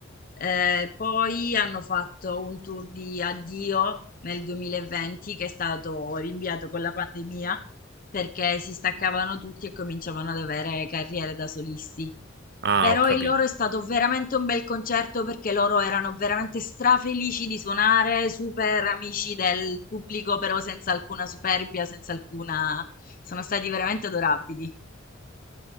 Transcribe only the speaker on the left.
Eh, poi hanno fatto un tour di addio nel 2020 che è stato rinviato con la pandemia perché si staccavano tutti e cominciavano ad avere carriere da solisti.
Però
il loro è stato veramente un bel concerto perché loro erano veramente strafelici di suonare, super amici del pubblico, però senza alcuna superbia, senza alcuna... sono stati veramente adorabili.